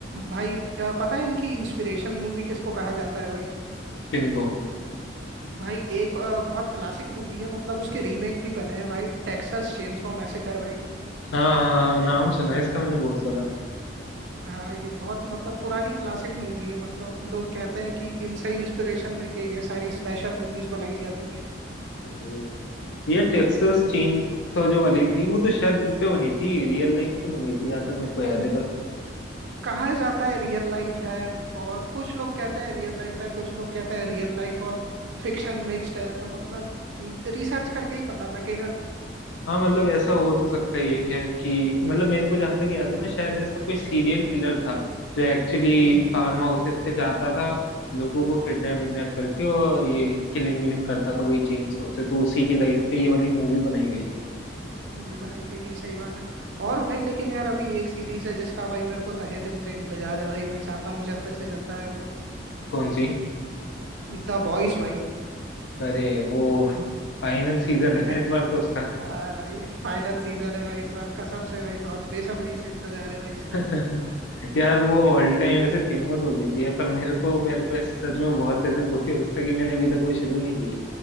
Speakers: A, on the right; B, on the left.
A: भाई अ, पता है इनकी इंस्पिरेशन मूवी किसको कहा जाता है भाई
B: किनको
A: भाई एक अ, बहुत क्लासिक मूवी है मतलब उसके रीमेक भी बने हैं भाई टेक्सास चेनसॉ मैसेकर भाई
B: हाँ हाँ हाँ, नाम सुना है इसका मैंने बहुत ज्यादा
A: हाँ ये बहुत मतलब पुरानी क्लासिक मूवी है मतलब लोग कहते हैं कि इनसे इंस्पिरेशन लेके ये सारी स्लैशर मूवीज बनाई जाती है
B: हम्म। ये टेक्सास चेन जो वाली थी वो तो शायद उस पे बनी थी रियल लाइफ पे बनी थी जहां तक मेरे को याद है पर
A: कहा जाता है रियल लाइफ है और कुछ लोग कहते हैं रियल लाइफ है कुछ लोग कहते हैं रियल लाइफ और फिक्शन मिक्स्ड है तो मतलब रिसर्च करके ही पता लगेगा
B: हाँ मतलब ऐसा हो तो सकता ही है खैर कि मतलब मेरे को जहां तक याद है ना शायद ऐसा कोई सीरियल किलर था जो एक्चुअली
A: हम्म हम्म
B: फार्म हाउसेस पे जाता था लोगों को किडनैप विडनैप करके और ये किलिंग विलिंग करता था वही चेन स्मोक से तो उसी की लाइफ पे ये वाली मूवी बनाई गई थी
A: वो भी बनाई गई है सही बात है और भाई लेकिन यार अभी एक सीरीज है जिसका भाई मेरे को तहे दिल से इंतजार है भाई मैं चाहता हूँ जल्द से जल्द आए वो
B: कौन सी
A: द बॉयज भाई
B: अरे वो फाइनल सीजन
A: <laughs>
B: है ना इस बार तो उसका
A: आ, भाई फाइनल सीजन है भाई इस बार कसम से भाई बहुत बेसब्री से इंतजार है भाई इसका
B: <laughs> यार वो
A: <laughs>
B: ऑल टाइम ऐसे फेमस हो चुकी है पर मेरे को मेरे को ऐसे सच में बहुत ऐसे दुख है उसका कि मैंने अभी तक वो शुरू नहीं किया